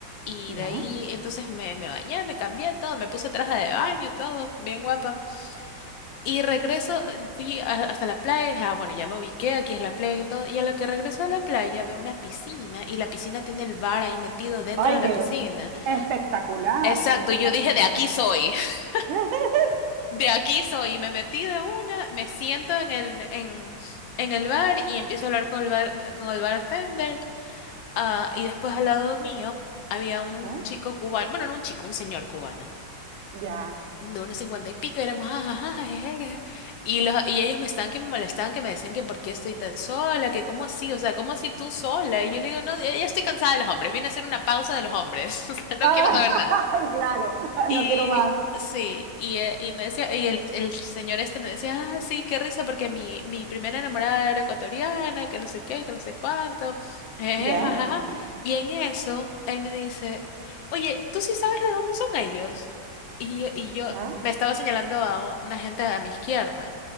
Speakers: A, on the left; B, on the right.
A: Y
B: ¿Ya?
A: de ahí entonces me, me bañé, me cambié todo, me puse traje de baño, todo, bien guapa. Y regreso, eh, fui a- hasta la playa, dije, ah, bueno, ya me ubiqué, aquí es la playa y todo. Y a lo que regreso a la playa veo una piscina y la piscina tiene el bar ahí metido dentro
B: Ay,
A: de la
B: qué
A: piscina.
B: espectacular,
A: Exacto,
B: me encanta.
A: yo dije, de aquí soy, <laughs>
B: <laughs>
A: de aquí soy. Y me metí de una, me siento en el, en, en el bar y empiezo a hablar con el bar, con el bartender. Ah, y después al lado mío había un
B: ¿Ya?
A: chico cubano, bueno, no un chico, un señor cubano,
B: Ya.
A: de unos cincuenta y pico, y éramos, "Ah, ah, ah, eh, eh, eh". y, los, y ellos me estaban que me molestaban, que me decían que por qué estoy tan sola, que cómo así, o sea, cómo así tú sola, y yo le digo, no, ya ya estoy cansada de los hombres, vine a hacer una pausa de los hombres, <laughs> o sea, no
B: Ah,
A: quiero saber
B: <laughs>
A: nada.
B: claro,
A: Y
B: no quiero más.
A: sí, y, eh, y me decía, y el, el señor este me decía, ah, sí, qué risa, porque mi, mi primera enamorada era ecuatoriana, que no sé qué, que no sé cuánto, jeje,
B: ¿Ya?
A: jajaja. Y en eso, él me dice, oye, ¿tú sí sabes de dónde son ellos? Y, yo- y yo
B: ¿Ya?
A: me estaba señalando a una gente a mi izquierda.